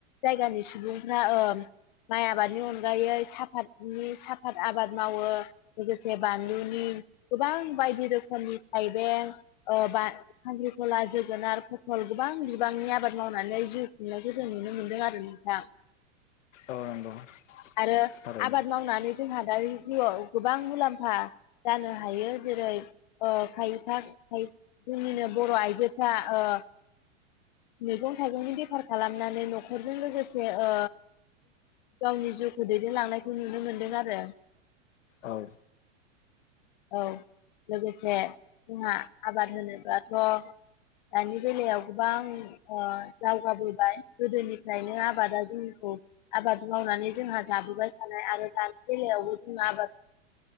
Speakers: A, on the left (about 35°); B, on the left (about 80°).
A: जायगानि सुबुंफ्रा ओ माइ आबादनि अनगायै साफातनि साफाद आबाद मावो लोगोसे बानलुनि गोबां बायदि रोखोमनि थाइबें ओ बा खांखिखला, जोगोनार, फथल गोबां बिबांनि आबाद मावनानै जिउ खुंनायखौ जों नुनो मोनदों आरो नोंथां
B: औ नंगौ
A: आरो
B: थारैनो
A: आबाद मावनानै जोंहा दानि जिउआव गोबां मुलाम्फा जानो हा हायो जेरै ओ खायफा जोंनिनो बर' आइजोफ्रा ओ मैगं थाइगंनि बेफार खालामनानै न'खरजों लोगोसे ओ गावनि जिउखौ दैदेनलांनायखौ नुनो मोनदों आरो।
B: औ।
A: औ लोगोसे जोंहा आबाद होनोब्लाथ' दानि बेलायाव गोबां ओ दावगाबोबाय गोदोनिफ्रायनो आबादा जोंखौ आबाद मावनानै जोंहा जाबोबाय थानाय आरो दानि बेलायावबो जों आबाद